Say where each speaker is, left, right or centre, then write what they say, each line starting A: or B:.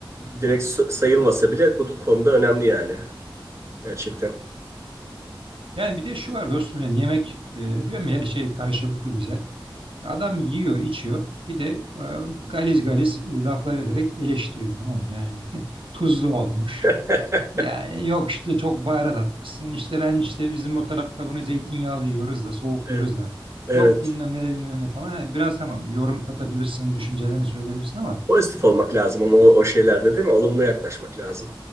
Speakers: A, on the right; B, on the right.
A: direkt s- sayılmasa bile bu konuda önemli yani. Gerçekten.
B: Yani bir de şu var dostum yani yemek e, diyorum ya her şey karşılıklı güzel. Adam yiyor, içiyor. Bir de e, galiz galiz e, laflar ederek eleştiriyor tamam mı? Yani <laughs> tuzlu olmuş.
A: <laughs>
B: Ya yok işte çok baharat atmışsın. İşte ben işte bizim o tarafta bunu zeytinyağlı yiyoruz da soğuk
A: Evet.
B: yiyoruz da.
A: Evet.
B: Yok bilmem ne de bilmem ne falan. Ha, biraz tamam yorum katabilirsin, düşüncelerini söyleyebilirsin ama
A: Pozitif olmak lazım ama o, o şeylerde değil mi? Olumlu yaklaşmak lazım.